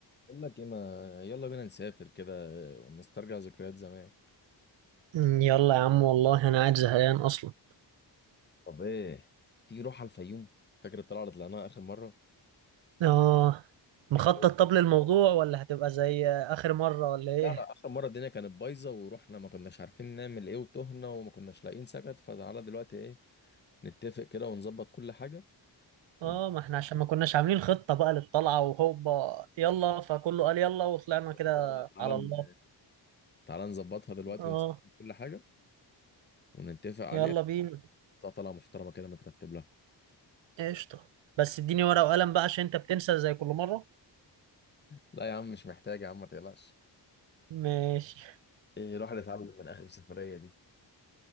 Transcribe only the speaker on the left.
اقول لك ايه ما يلا بينا نسافر كده ونسترجع ذكريات زمان
طب ايه تيجي نروح على الفيوم فاكر الطلعه اللي طلعناها اخر مره
الجو-
لا لا اخر مره الدنيا كانت بايظه ورحنا ما كناش عارفين نعمل ايه وتهنا وما كناش لاقيين سكت فتعالى دلوقتي ايه نتفق كده ونظبط كل حاجه
ون...
تعالى تعالى
تعالى نظبطها دلوقتي
ونسجل كل حاجه ونتفق عليها
تطلع طلعه محترمه كده مترتب لها
لا يا عم مش محتاج يا عم ما تقلقش
ايه الواحد اتعب من اخر سفريه دي